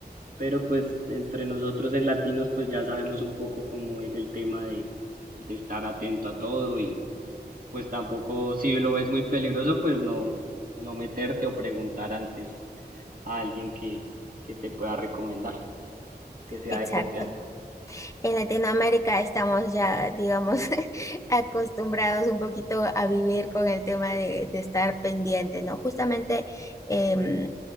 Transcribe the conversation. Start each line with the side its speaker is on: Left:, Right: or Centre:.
Right: pero pues entre nosotros en latinos pues ya sabemos un poco cómo es el tema de, de estar atento a todo y pues tampoco si lo ves muy peligroso pues no, no meterte o preguntar antes a alguien que, que te pueda recomendar, que sea
Left: Exacto.
Right: de confianza.
Left: En Latinoamérica estamos ya, digamos, <laughs> acostumbrados un poquito a vivir con el tema de, de estar pendiente, ¿no? Justamente em,